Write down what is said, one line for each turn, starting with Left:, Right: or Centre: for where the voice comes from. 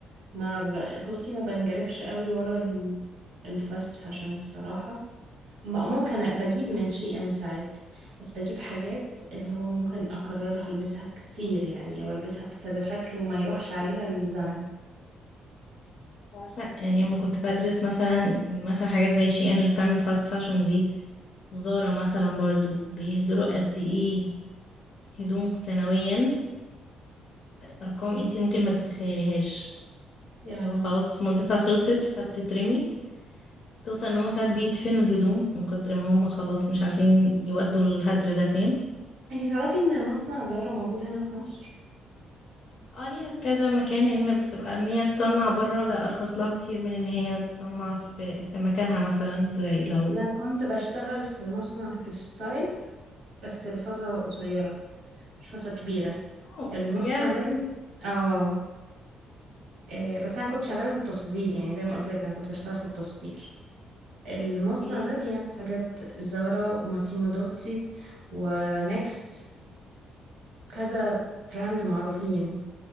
Right: ما ب... بصي ما بنجرفش قوي ورا ال... الفاست فاشن الصراحة ما- ممكن أ- بجيب من شي ان ساعات بس بجيب حاجات اللي هو ممكن اكررها البسها كتير يعني والبسها بكذا شكل وما يروحش عليها الزمن
Left: عارفة يعني لما كنت بدرس مثلا مثلا حاجات زي شي ان اللي بتعمل فاست فاشون دي وزارة مثلا برضو بيهدروا قد ايه هدوم سنويا ارقام انتي ممكن ما تتخيليهاش
Right: يا لهوي
Left: لو خلاص مدتها خلصت فبتترمي توصل ان هما ساعات بيدفنوا الهدوم من كتر ما هما خلاص مش عارفين يودوا الهدر ده فين
Right: انتي تعرفي ان مصنع زهرة موجود هنا في مصر
Left: اه ليها في كذا مكان ان بتبقى ان هي تصنع بره ده ارخص لها كتير من ان هي تصنع في في مكانها مثلا زي لو
Right: انا كنت بشتغل في مصنع تكستايل بس الفترة قصيرة مش فترة كبيرة
Left: اه
Right: المصنع
Left: بجد
Right: ده اللي... اه آه، بس انا كنت شغاله في التصدير يعني زي ما قلت لك انا كنت بشتغل في التصدير المصنع
Left: ايه
Right: ده بيعمل حاجات زارا وماسيمو دوتي ونكست كذا براند معروفين